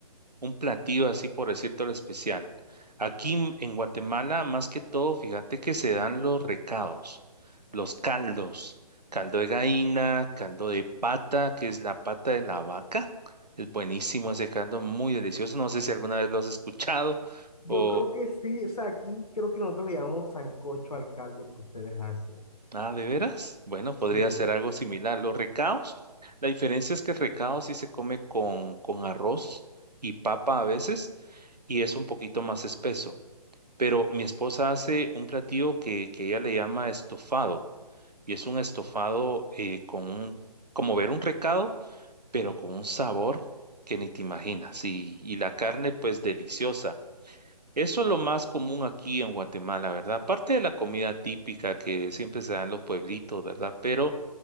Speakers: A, on the right; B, on the left.
A: un platillo así por decirte lo especial. Aquí en en Guatemala, más que todo, fíjate que se dan los recados, los caldos, caldo de gallina, caldo de pata, que es la pata de la vaca. Es buenísimo ese caldo, muy delicioso. No sé si alguna vez lo has escuchado
B: Yo
A: o...
B: creo que sí, o sea, aquí creo que nosotros le llamamos sancocho al caldo que ustedes hacen.
A: Ah, ¿de veras? Bueno, podría
B: Sí,
A: ser algo similar. Los recados, la diferencia es que el recado sí se come con, con arroz y papa a veces y es un poquito más espeso. Pero mi esposa hace un platillo que, que ella le llama estofado y es un estofado eh, con un, como ver un recado, pero con un sabor que ni te imaginas y, y la carne pues deliciosa. Eso es lo más común aquí en Guatemala, ¿verdad? Aparte de la comida típica que siempre se dan los pueblitos, ¿verdad? Pero